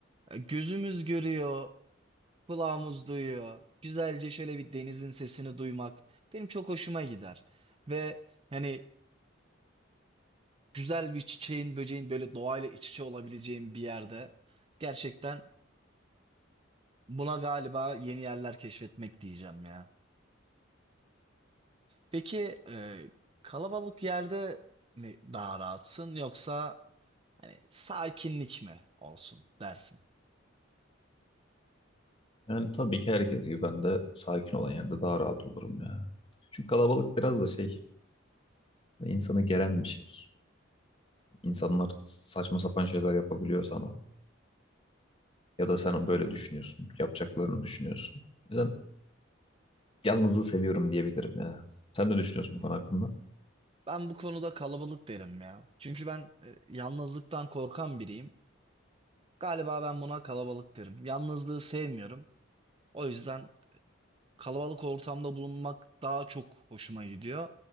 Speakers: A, on the right (about 30°); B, on the left (about 25°).
A: e, gözümüz görüyor, kulağımız duyuyor. Güzelce şöyle bir denizin sesini duymak benim çok hoşuma gider. Ve hani güzel bir çiçeğin, böceğin böyle doğayla iç içe olabileceğim bir yerde. Gerçekten buna galiba yeni yerler keşfetmek diyeceğim ya. Peki e, kalabalık yerde mi daha rahatsın yoksa hani sakinlik mi olsun dersin?
B: Yani tabii ki herkes gibi ben de sakin olan yerde daha rahat olurum ya. Çünkü kalabalık biraz da şey, insanı geren bir şey. İnsanlar saçma sapan şeyler yapabiliyor sana. Ya da sen böyle düşünüyorsun, yapacaklarını düşünüyorsun. O yüzden Yalnızlığı seviyorum diyebilirim ya. Sen ne düşünüyorsun bu konu hakkında?
A: Ben bu konuda kalabalık derim ya. Çünkü ben e, yalnızlıktan korkan biriyim. Galiba ben buna kalabalık derim. Yalnızlığı sevmiyorum. O yüzden kalabalık ortamda bulunmak daha çok hoşuma gidiyor.